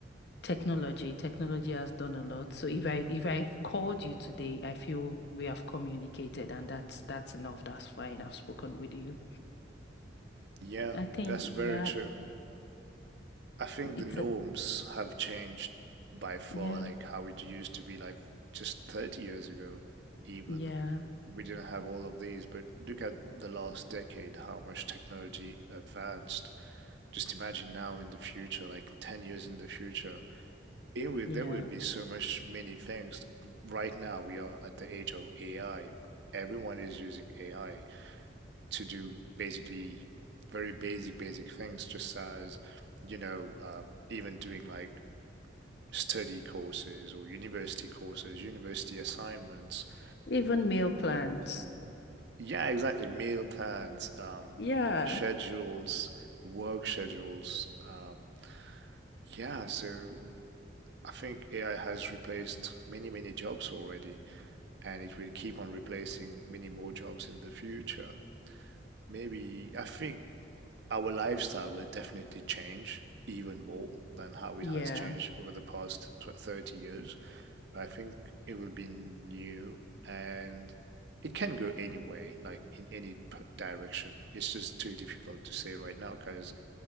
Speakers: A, on the left; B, on the right.
A: Technology, technology has done a lot. So if I if I've called you today, I feel we have communicated and that's that's enough. That's fine. I've spoken with you.
B: yeah,
A: I think,
B: that's very
A: yeah,
B: true. I think
A: it's
B: the norms
A: a
B: have changed by far,
A: yeah,
B: like how it used to be, like just 30 years ago, even.
A: yeah,
B: We didn't have all of these, but look at the last decade, how much technology advanced just imagine now in the future, like 10 years in the future, it will,
A: yeah.
B: there will be so much many things. Right now, we are at the age of AI. Everyone is using AI to do basically very basic, basic things, just as, you know, uh, even doing like study courses or university courses, university assignments. <laughs>
A: Even meal plans.
B: yeah, exactly. Meal plans, um,
A: Yeah.
B: schedules, work schedules. Um, yeah, so I think AI has replaced many, many jobs already, and it will keep on replacing many more jobs in the future. Maybe I think our lifestyle will definitely change even more than how it
A: Yeah.
B: has changed over the past tw- 30 years. But I think it will be new and it can go any way, like in any p- direction. It's just too difficult to say right now because,